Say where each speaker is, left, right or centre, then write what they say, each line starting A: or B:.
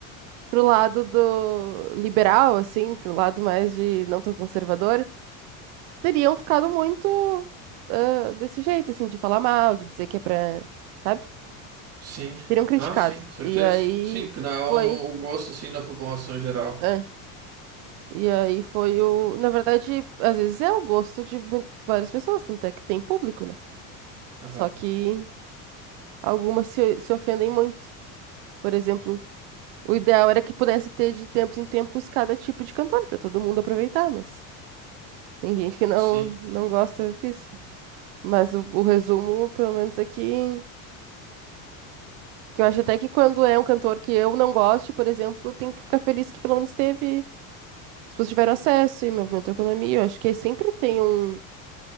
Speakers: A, on the right; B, on the right.
A: pro lado do liberal, assim, pro lado mais de não tão conservador, teriam ficado muito ah, desse jeito, assim, de falar mal, de dizer que é pra, sabe?
B: sim.
A: teriam criticado.
B: Ah, sim, certeza.
A: E aí
B: Sim, que dá o,
A: foi,
B: o gosto, assim, da população geral.
A: é. E aí foi o, na verdade, às vezes é o gosto de mu- várias pessoas, tanto é que tem público, né?
B: Aham,
A: Só que algumas se, se ofendem muito. Por exemplo, o ideal era que pudesse ter de tempos em tempos cada tipo de cantor para todo mundo aproveitar, mas tem gente que não
B: sim,
A: não gosta disso. Mas o, o resumo, pelo menos é que que eu acho até que quando é um cantor que eu não goste, por exemplo, tem que ficar feliz que pelo menos teve As pessoas tiveram acesso e movimento a economia. Eu acho que sempre tem um,